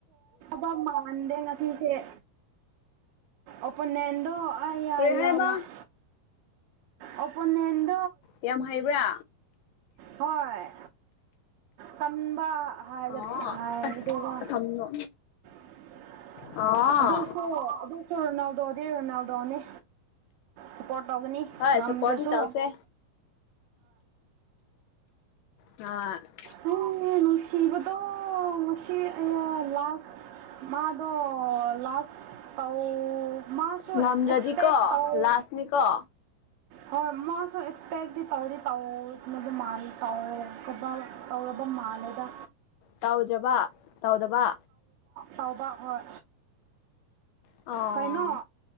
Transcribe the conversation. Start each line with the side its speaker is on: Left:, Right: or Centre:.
Right: ꯃꯥꯟꯗ ꯉ <unintelligible> ꯆꯦꯁ ꯎꯞꯅꯦꯟꯠꯗꯣ ꯑꯏꯌꯁ
Left: ꯀꯔꯤ ꯍꯥꯏꯕ
Right: ꯌꯥꯏ ꯑꯣꯄꯣꯅꯦꯟꯠ
Left: ꯌꯥꯝ ꯍꯕ꯭ꯔꯥ
Right: ꯍꯣꯏ ꯀꯟꯝꯕ ꯍꯥꯏ
Left: ꯑꯣ
Right: ꯍꯥꯏꯒꯗꯕ
Left: ꯑꯁꯣꯝꯅꯣ
Right: <unintelligible>
Left: ꯑꯣ
Right: ꯑꯗꯨ ꯁꯨ ꯑꯗꯨ ꯁꯨ ꯔꯣꯅꯥꯜꯗꯣ ꯗꯤ ꯔꯣꯅꯥꯂꯗꯣ ꯅꯤ ꯅꯦ ꯁꯨꯞꯄꯣꯔꯠ꯭ ꯇꯧꯒꯅꯤ
Left: ꯍꯣꯏ
Right: ꯉꯝꯗ꯭ꯔꯁꯨ
Left: ꯁꯞꯄꯣꯔꯠꯇꯤ ꯇꯧꯁꯦ ꯑ <unintelligible>
Right: ꯅꯪꯅꯦ ꯅꯨꯡꯁꯤꯕꯗꯣ ꯉꯁꯤ ꯑꯏꯌꯥ ꯂꯥꯁꯇ꯭ ꯃꯥꯗꯣ ꯂꯁꯇ ꯗꯧ ꯃꯁꯤ
Left: ꯉꯝꯗ꯭ꯔꯗꯤꯀꯣ
Right: ꯑꯦꯁꯄ꯭ꯤꯠ ꯗꯣꯏ
Left: ꯂꯥꯁꯅꯤꯀꯣ
Right: ꯍꯣꯏ ꯃꯥꯁꯨ ꯑꯦꯛꯁꯄꯦꯛꯗꯤ ꯇꯧꯗꯤ ꯇꯧꯋꯗꯤ ꯃꯥꯜꯂꯤ ꯇꯧꯋꯦ ꯑꯥꯎ ꯑꯣꯗ ꯃ ꯂꯩꯗ
Left: ꯇꯥꯎꯖꯕ ꯇꯥꯎꯗꯕ
Right: ꯇꯥꯎꯕ ꯍꯣꯏ
Left: ꯑꯣ
Right: ꯀꯩꯅꯣ